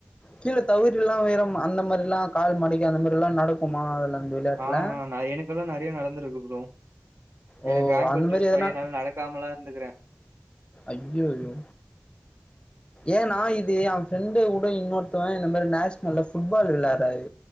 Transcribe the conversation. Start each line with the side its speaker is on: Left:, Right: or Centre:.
Left: கீழ தவறி எல்லாம் விழுறம் அந்த மாதிரி எல்லாம் கால் மடிக்கி அந்த மாதிரி எல்லாம் நடக்குமா அதுல அந்த விளையாட்டுல
Right: ஆ எனக்கெல்லாம் நறையா நடந்திருக்கு ப்ரோ
Left: ஓ
Right: எனக்கு ஆங்கிள்
Left: அந்த
Right: டெஸ்ட்
Left: மாரி எதனா
Right: ஆகி என்னால நடக்க முடியாமலாம் இருந்துக்கிறேன்
Left: ஐய்யய்யோ ஏன்னா நான் இது என் ஃப்ரெண்ட் கூட இன்னொ ருத்தவன் இந்த மாதிரி நேஷனல்ல ஃபுட்பால் விளையாடுறாரு